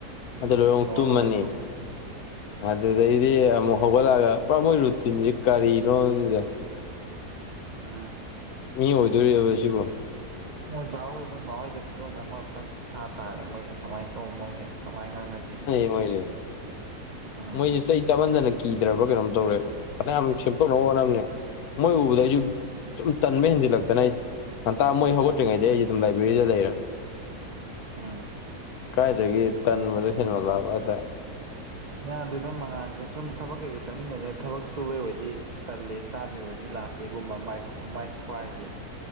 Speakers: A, on the right; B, on the left.
A: ꯎꯝ
B: ꯑꯗꯨ ꯂꯣꯏꯔ ꯑꯃꯨꯛ
A: ꯅꯣꯡꯉꯥꯜꯂꯝꯗꯥꯏ
B: ꯇꯨꯝꯃꯅꯤ ꯑꯗꯨꯗꯩꯗꯤ ꯑꯃꯨꯛ ꯍꯧꯒꯠꯂꯛꯑꯒ ꯄꯨꯔꯥ ꯃꯣꯏ ꯔꯨꯇꯤꯟꯁꯤꯦ ꯀꯔꯤꯅꯣꯁꯦ
A: ꯑꯝ
B: ꯃꯤ ꯑꯣꯏꯗꯣꯕ ꯁꯤꯕꯣ
A: ꯃꯣꯏ ꯕꯍꯣꯏ ꯃꯣꯏ ꯃꯥꯍꯣꯏꯗ ꯃꯤꯔꯣꯟ ꯑꯃ ꯑꯝꯛꯇꯪ ꯊꯥ ꯇꯥꯔꯦ ꯃꯣꯏꯁꯦ ꯀꯃꯥꯏ ꯑꯣ ꯃꯣꯏ ꯀꯃꯥꯏꯅ ꯉꯥꯡꯅꯁꯤꯒꯦ
B: ꯍꯣꯏ
A: ꯎꯝ
B: ꯃꯣꯏꯁꯦ ꯆꯩ ꯆꯥꯃꯟꯗꯅ ꯀꯤꯗ꯭ꯔꯕ ꯀꯩꯅꯣꯝ ꯇꯧꯔꯦ ꯐꯅꯌꯥꯝ ꯁꯦꯝꯗꯣꯛꯅꯕ ꯍꯣꯠꯅꯕꯅꯦ ꯃꯣꯏ ꯎꯕꯗ ꯑꯩꯁꯨ ꯁꯨꯝ ꯇꯟꯕ ꯍꯦꯟꯖꯤꯜꯂꯛꯇꯅ ꯑꯩ ꯉꯟꯇꯥ ꯃꯣꯏ ꯍꯧꯒꯠꯇ꯭ꯔꯤꯉꯩꯗ ꯑꯩꯁꯦ ꯑꯗꯨꯝ ꯂꯥꯏꯕ꯭ꯔꯦꯔꯤꯗ ꯂꯩꯔꯅꯤ
A: ꯎꯝ
B: ꯀꯥꯏꯗꯒꯤ ꯇꯟꯕꯗꯨꯣ ꯍꯦꯟꯃꯣꯠꯂꯛꯑꯕ ꯍꯥꯏꯇꯥꯔꯦ
A: ꯌꯥꯗꯦꯗꯝ ꯃꯉꯥꯜꯁꯦ ꯁꯨꯝ ꯊꯕꯛ ꯀꯩꯀꯩ ꯆꯠꯃꯤꯟꯅꯁꯦ ꯊꯕꯛ ꯁꯨꯕꯒꯤ ꯑꯣꯏꯗꯤ ꯀꯜꯂꯦ ꯆꯥꯕꯤꯕꯗꯤ ꯂꯥꯛꯀꯦꯒꯨꯝꯕꯥꯏ ꯃꯥꯏ ꯈ꯭ꯋꯥꯏꯁꯦ